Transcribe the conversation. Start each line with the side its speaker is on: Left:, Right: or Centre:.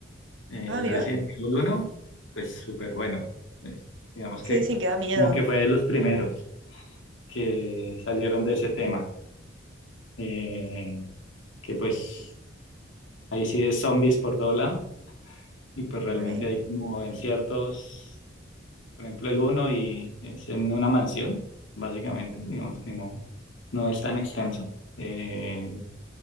Left: Eh,
Right: Ah,
Left: el
Right: mira,
Left: Resident Evil uno pues súper bueno. Pues, digamos
Right: se
Left: que
Right: dicen que da miedo.
Left: como que fue de los primeros que salieron de ese tema. Eh, que pues ahí sí es zombies por todo lado y pues realmente
Right: Ok,
Left: hay como en ciertos Por ejemplo, el uno y es en una mansión, básicamente, digamos que no, no es tan extenso. Eh,